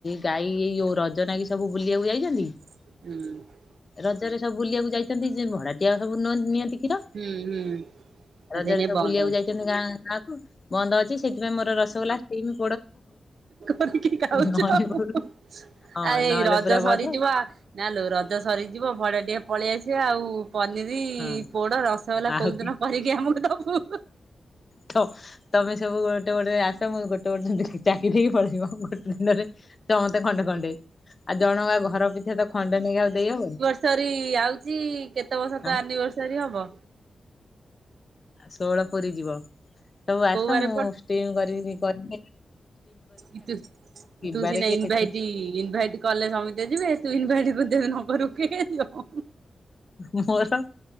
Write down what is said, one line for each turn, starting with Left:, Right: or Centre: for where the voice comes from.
Left: ଗାଈ ଯୋଉ ରଜନା କି ସବୁ ବୁଲିବାକୁ ଯାଇଛନ୍ତି।
Right: ହୁଁ।
Left: ରଜରେ ସବୁ ବୁଲିବାକୁ ଯାଇଛନ୍ତି ଯେ ଭଡାଟିଆ ସବୁ ନିଅନ୍ତି। କ୍ଷୀର
Right: ହୁଁ ହୁଁ ଆ
Left: ରଜରେ
Right: ସେଇନେ
Left: ସବୁ
Right: ବନ୍ଦ
Left: ବୁଲିବାକୁ
Right: ଅଛି।
Left: ଯାଇଛନ୍ତି ଗାଁ ଗାଁକୁ। ବନ୍ଦ ଅଛି ସେଥିପାଇଁ ମୋର ରସଗୋଲା ଷ୍ଟିମ
Right: କିକି ଖାଉଛ
Left: ନହେଲେ
Right: ଆ
Left: ହଁ
Right: ଏଇ
Left: ନହେଲେ
Right: ରଜ
Left: ପୁରା ବନ୍ଦ
Right: ସରିଯିବ। ନା ଲୋ ରଜ ସରିଯିବ ଭଡା ଟିକେ ପଳେଇଆସିବା ଆଉ ପନିର
Left: ହଁ
Right: ପୋଡ ରସଗୋଲା
Left: ଆଉ
Right: କୋଉ ଦିନ କରିକି ଆମକୁ ଦବୁ।
Left: ତ ତମେ ସବୁ ଗୋଟେ ଗୋଟେ ଆସ ମୋ ଗୋଟେ ଗୋଟେ ଦେଖିକି ଚାକିରି କରୁଥିବ ଗୋଟେ ଦିନରେ ସମତେ ଖଣ୍ଡେ ଖଣ୍ଡେ। ଆଉ ଜଣଙ୍କା ଘର ପିଛା ତ ଖଣ୍ଡେ ନେଇଆ ଆଉ ଦେଇହବନି।
Right: ସରି ଆଉଚି କେତେ ବର୍ଷ ତ
Left: ଆଁ
Right: ଆନିଭର୍ସରୀ ହବ।
Left: ଆଉ ଷୋହଳ ପୁରି ଯିବ ସବୁ ଆସ
Right: କୋଉ ବାରେ
Left: ମୁଁ ଷ୍ଟିମ କରିବିନି କରି ନେଇକି
Right: କିୁତୁ
Left: କିବାରେ
Right: ତୁ ସି ନେ
Left: କିଏ
Right: ଇନଭାଇଟି
Left: ଦେଖୁଛି
Right: ଇନଭାଇଟ କଲେ ସମିତେ ଯିବେ ତୁ ଇନଭାଇଟ କରଦେ ନ କରୁ କିଏ କିଏ ଯିବ।
Left: ମୋର